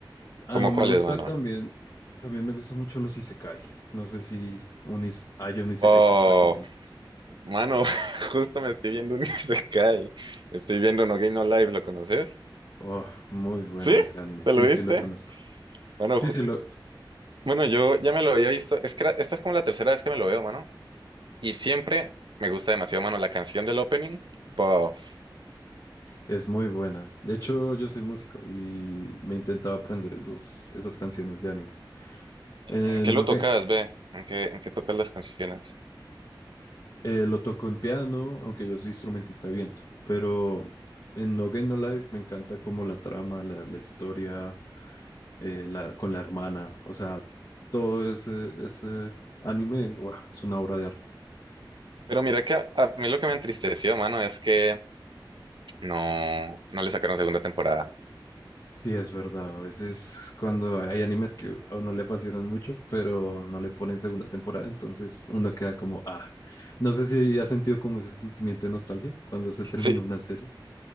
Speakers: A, on the left; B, on the right.
A: Ah,
B: ¿Cómo
A: me
B: cuáles,
A: gusta
B: mano?
A: también, también me gustan mucho los isekai. No sé si un is- hay un isekai
B: Oh,
A: que me recomiendas.
B: mano, <laughs> justo me estoy viendo un <laughs> Isekai. estoy viendo No Game No Life, ¿lo conoces?
A: Oh, muy bueno
B: ¿Sí?
A: ese anime.
B: ¿Te
A: Sí,
B: lo viste?
A: sí, lo conozco.
B: Bueno,
A: Sí,
B: ju-
A: sí, lo,
B: bueno, yo ya me lo había visto. Es que era- esta es como la tercera vez que me lo veo, mano. Y siempre me gusta demasiado, mano, la canción del opening. Bof.
A: es muy buena. De hecho, yo soy músico y me intentaba aprender esos, esas canciones de anime. Eh,
B: ¿En qué
A: no,
B: lo tocas,
A: que-
B: ve? ¿En qué, en qué tocas las canciones?
A: Eh, lo toco en piano, aunque yo soy instrumentista de viento, pero en No Game No Life me encanta como la trama, la, la historia, eh, la, con la hermana, o sea, todo ese, ese anime, ¡guau! es una obra de arte.
B: Pero mira que a, a mí lo que me entristeció, mano, es que no, no le sacaron segunda temporada.
A: Sí, es verdad, a veces cuando hay animes que a uno le apasionan mucho, pero no le ponen segunda temporada, entonces uno queda como, ah, no sé si ha sentido como ese sentimiento de nostalgia cuando se termina
B: Sí,
A: una serie.